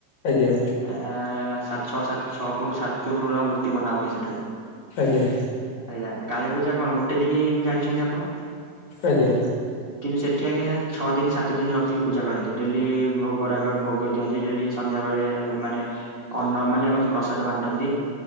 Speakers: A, on the left; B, on the right.
A: ଆଜ୍ଞା।
B: ଆଁ ସାତ ଛଅ ସାତ ଛଅ ଫୁଟ ସାତ ଫୁଟ ର ମୂର୍ତ୍ତି ବନା ହୁଏ ସେଠାରେ।
A: ଆଜ୍ଞା।
B: ଆଜ୍ଞା କାଳୀପୂଜା କଣ ଗୋଟେ ଦିନି ଜାଣିଛନ୍ତି ଆପଣ?
A: ଆଜ୍ଞା।
B: କିନ୍ତୁ ସେଠି ଆଜ୍ଞା ଛଅ ଦିନି ସାତ ଦିନି ରଖିକି ପୂଜା କରନ୍ତି ଡେଲି ଭୋ ଭୋଗରାଗ ଭୋଗ ଦିଅନ୍ତି ଡେଲି ସନ୍ଧ୍ୟା ବେଳେ ମାନେ ଅନ୍ନ ମାନେ ମାନେ ମାନେ ପ୍ରସାଦ ବାଣ୍ଟନ୍ତି।